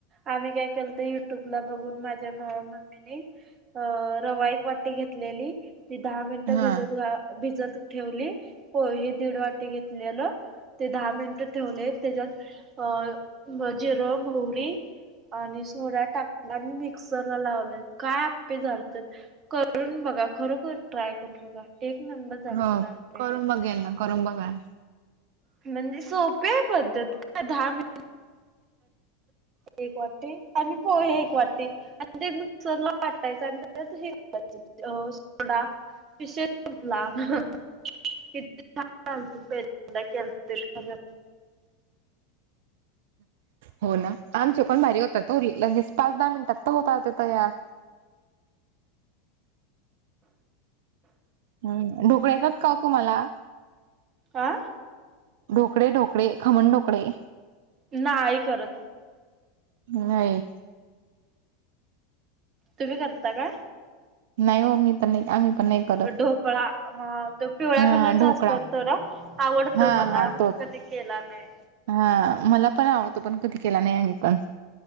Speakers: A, on the right; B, on the right.
A: आम्ही काय केलतं, युट्यूबला माझ्या मम्मीने अ, रवा ईक वाटी घेतलेली. ती दहा मिनटं
B: हा
A: भिजत घा भिजत ठेवली, पोहे दीड वाटी घेतल्यालं. ते दहा मिनिट ठेवले, त्याच्यात अ जिरं- मोहरी आणि सोडा टाकला आणि मिक्सरला लावलं, काय आप्पे झालते! करून बघा, खरोखर ट्राय करून बघा. एक नंबर झालतेत
B: हो
A: आप्पे!
B: करून बघेल ना. करून बघाल.
A: म्हणजे सोपीय पद्धत काय दहा मि एक वाटी आणि पोहे एक वाटी ते मिक्सरला वाटायचं त्याच्यात हे घालायचं अ, सोडा विषय संपला. छान झालेते पाहिल्यादा केलेतं तरी.
B: हो ना, आमचे पण भारी होतात हो, लगेच पाच-दहा मिनटात तर होतात, ते तयार. हम्म, ढोकळे येतात का ओ तुम्हाला?
A: आं?
B: ढोकळे-ढोकळे, खमण ढोकळे?
A: नाही करत.
B: नाही.
A: तुम्ही करता का?
B: नाही हो, मी पण नाही, आम्ही पण नाही करत
A: ढोकळा, हा तो पिवळ्या
B: हा
A: कलरचा
B: ढोकळा
A: असतात, तो ना आवडतो
B: हा
A: मला
B: हा
A: पण
B: तोच
A: कधी केला नाही.
B: हा, मला पण आवडतो, पण कधी केला नाही आम्ही पण.